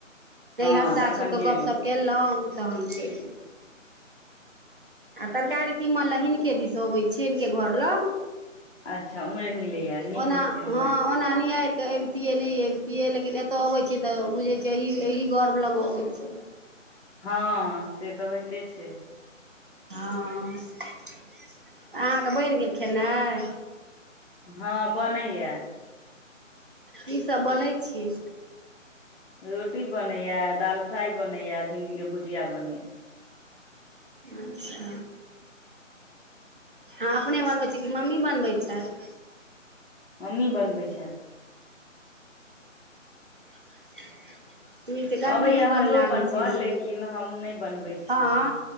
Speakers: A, on the right; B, on the left.
A: नैहर
B: हँ
A: सासुर
B: तखन
A: के
B: गेलहुँ
A: गप सप केलहुँ तहन चैल गेल आ तरकारी तीमन ल हिनके दिस अबैत छियनक के घर लग
B: अच्छा उम्हरे मिलैया नीक
A: ओना
B: हेतै
A: हँ
B: उम्हर
A: ओना नियाइर के अबितियै नहि अबितियै लेकिन एतऽ अबैत छियै तऽ बुझै छियै एहि गर्व लग अबै छी
B: हँ से तऽ होयइते छै
A: हँ अहाँके बैन गेल खेनाइ
B: हँ बनैया
A: कि सस बनै छी
B: रोटी बनैया दाल फ्राइ बनैया भिण्डी के भुजिया बनैया
A: अच्छा हँ अपने बनबैत छी कि मम्मी बनबै छैथ
B: मम्मी बनबैत छैथ
A: <inaudible> ठीक छै गर्मियो
B: अबैया
A: बड़
B: हमरो
A: लागै
B: बनबऽ
A: छै ने
B: लेकिन हम नहि बनबै छियै
A: हँ